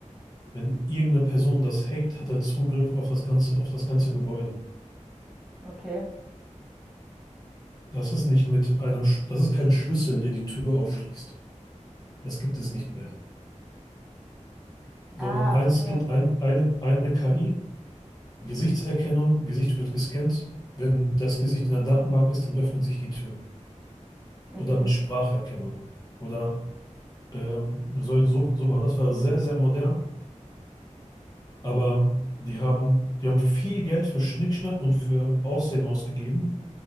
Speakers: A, on the left; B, in the centre.
A: Wenn irgendeine Person das hackt, hat er Zugriff auf das ganze, auf das ganze Gebäude.
B: Okay.
A: Das ist nicht mit einem, Sch- das ist kein Schlüssel, der die Tür aufschließt. Das gibt es nicht mehr. Sondern
B: Ah,
A: ein
B: okay.
A: Skript, ein, eine, eine KI, Gesichtserkennung, Gesicht wird gescannt. Wenn das Gesicht in der Datenbank ist, dann öffnet sich die Tür.
B: Mhm.
A: oder mit Spracherkennung oder ähm, so, so, so war das war sehr, sehr modern, aber die haben, die haben viel Geld für Schnickschnack und für Aussehen ausgegeben,